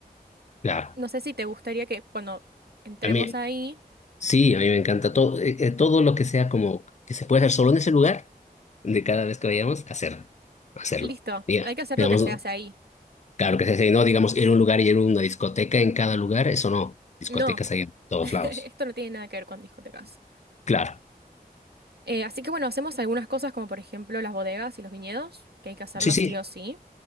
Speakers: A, on the left; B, on the right.
A: claro.
B: No sé si te gustaría que cuando entremos
A: A mí,
B: ahí
A: sí, a mí me encanta todo, eh, eh, todo lo que sea como que se puede hacer solo en ese lugar, de cada vez que vayamos, hacer, hacerlo.
B: Listo,
A: Diga,
B: hay que hacer
A: digamos,
B: lo que se hace ahí.
A: claro que se dice, no, digamos, ir a un lugar y ir a una discoteca en cada lugar, eso no. Discotecas
B: No,
A: hay en todos
B: <laughs> esto
A: lados.
B: no tiene nada que ver con discotecas.
A: Claro.
B: Eh, así que bueno, hacemos algunas cosas como por ejemplo las bodegas y los viñedos, que hay que hacerlos
A: Sí, sí.
B: sí o sí.